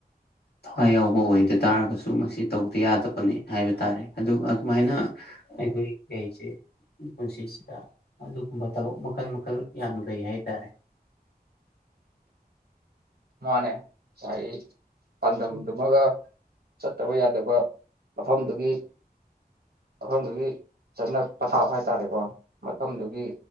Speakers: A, on the left (about 75°); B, on the right (about 70°).
A: ꯊꯋꯥꯏ ꯌꯥꯎꯕ
B: ꯑꯥ
A: ꯑꯣꯏꯗ ꯇꯥꯔꯒꯁꯨ ꯃꯁꯤ ꯇꯧꯗ ꯌꯥꯗꯕꯅꯤ ꯍꯥꯏꯕ ꯇꯥꯔꯦ ꯑꯗꯨ ꯑꯗꯨꯃꯥꯏꯅ ꯑꯩꯈꯣꯏ ꯀꯩꯁꯦ ꯄꯨꯟꯁꯤꯁꯤꯗ ꯑꯗꯨꯒꯨꯝꯕ ꯊꯕꯛ ꯃꯈꯜ ꯃꯈꯜ ꯌꯥꯝꯅ ꯂꯩ ꯍꯥꯏꯇꯥꯔꯦ <inaudible>
B: ꯃꯥꯅꯦ ꯉꯁꯥꯏ ꯄꯥꯟꯗꯝꯗꯨꯃꯒ ꯆꯠꯇꯕ ꯌꯥꯗꯕ ꯃꯐꯝꯗꯨꯒꯤ ꯃꯐꯝꯗꯨꯒꯤ ꯆꯠꯅ ꯄꯊꯥꯞ ꯍꯥꯏꯇꯥꯔꯦꯀꯣ ꯃꯐꯝꯗꯨꯒꯤ